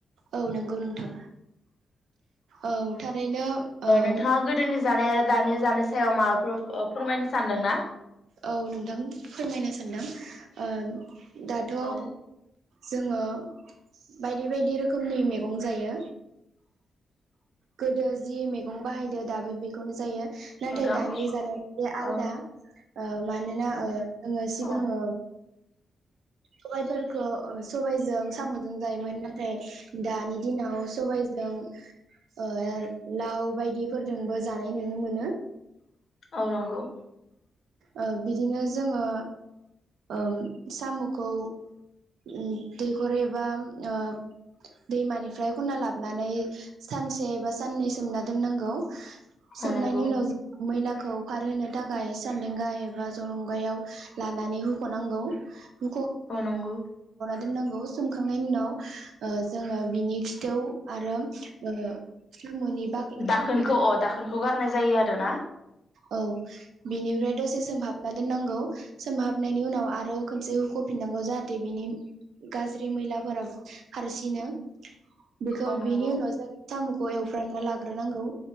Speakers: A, on the right (about 80°); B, on the left (about 50°).
A: औ नोंगौ नोंथां औ थारैनो ओ
B: नोंथाङा गोदोनि जानाय आरो दानि जानाय सायाव माबाफोर ओ फोरमायनो सानदोंना
A: औ नोंथां फोरमायनो सानदों ओन दाथ
B: औ
A: जोङो बायदि बायदि रोखोमनि मेगं जायो गोदो जि मैगं बाहायदो दाबो बेखौनो जायो नाथाय
B: नोंथां
A: दानि जानाया आलदा
B: औ
A: ओ मानोना ओ जोङो सिगाङो
B: औ
A: सबाइफोरखौ ओ सबाइजों सामजों जायोमोन नाथाय दानि दिनाव सबायजों ओ लाव बायदिफोरजोंबो जानाय नुनो मोनो
B: औ नोंगौ
A: ओ बिदिनो जोङो ओम सामखौ ओ दैखर एबा ओ दैमानिफ्राय खनना लाबनानै सानसे एबा साननै सोमना दोननांगौ सोमनायनि
B: औ नंगौ
A: उनाव जों मैला खौ खारहोनो थाखाय सान्देंगा एबा जलंगायाव लानानै हुखनांगौ <unintelligible>
B: औ नंगौ
A: नांगौ सखांनायनि उनाव ओ जोङो बिनि खिथौ आरो ओ साम'नि बाख्ला
B: दाखोनखौ
A: बेखौ
B: अ दाखोनखौ गारनाय जायो आरो ना।
A: औ बिनिफ्राय दसे सोमहाबना दोननांगौ सोमहाबनायनि उनाव आरो खनसे हुखफिननांगौ जाहाथे बिनि गाज्रि मैलाफोरा खारसिनो बेखौ
B: औ नंगौ
A: बिनि उनाव जों सामखौ एवफ्रामना लाग्रोनांगौ।